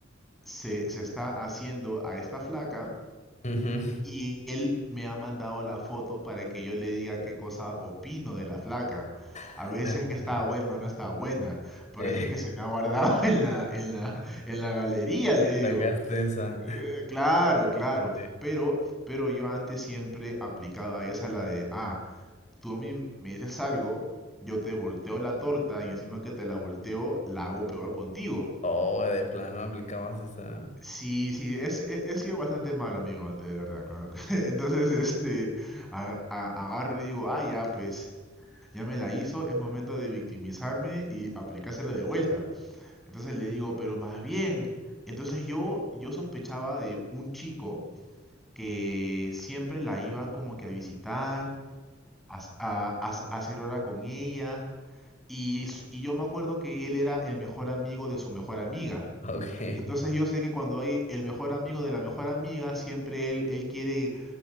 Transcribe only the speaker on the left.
Ujú.
<laughs>
Eh,
sacaste esa.
<laughs>
Oh, de plano aplicabas esa.
Ok,